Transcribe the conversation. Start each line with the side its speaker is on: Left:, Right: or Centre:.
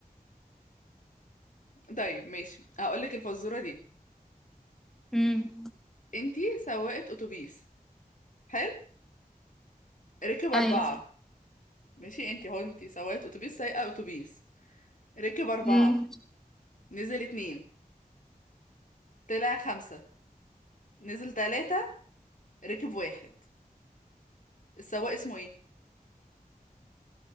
Left: طيب ماشي هقولك الفزورة دي
Centre: امم
Left: انتي سواقة اتوبيس حلو ركب اربعة
Centre: ايوه
Left: ماشي انتي هو انتي سواقة اتوبيس سايقة اتوبيس ركب اربعة
Centre: امم
Left: نزل اتنين طلع خمسة نزل تلاتة ركب واحد السواق اسمه ايه؟